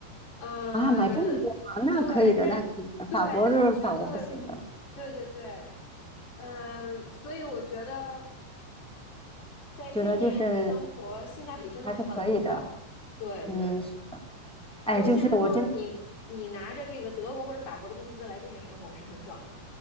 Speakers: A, on the left; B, in the centre.
A: 嗯，
B: 啊，买这么多吗？那可以的，
A: 对，但对，
B: 那可以的。法国是法国不行的，
A: 但我觉得如，对对对，嗯、所以我觉得在这面生活性价比真的很高，
B: 觉得就是还是可以的。
A: 对对，
B: 嗯，是哎，
A: 尤其是说你你拿着这个德国或者法国的工资来这面生活是很爽的，
B: 就是我真